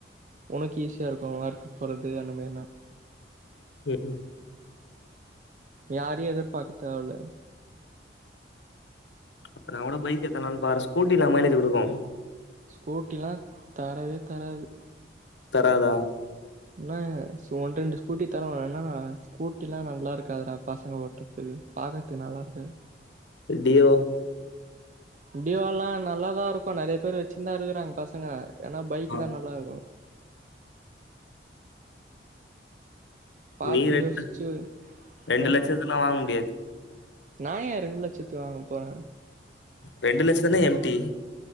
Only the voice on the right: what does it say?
உனக்கு ஈஸியா இருக்கு ஒர்க்கு போறது அந்த மாரினா
யாரையு எதிர்பாக்க தேவல்ல
ஸ்கூட்டில்லா தரவே தராது
இன்னாங்க து ஒன் ரெண்டு ஸ்கூட்டி தரு ஆனா ஸ்கூட்டிலா நல்லா இருக்காதுடா பசங்க ஓட்றதுகு பாக்கற்து நல்லா இருக்காது
டியோல்லா நல்லாதா இருக்கு நெறைய பேர் வச்சின்தா இருக்குறாங் பசங்க ஏன்னா பைக்
தா நல்லாருக்கு பாத்து
யோசிச்சு
ஆ
நா ஏ ரெண்டு லச்சத்து வாங்க போறே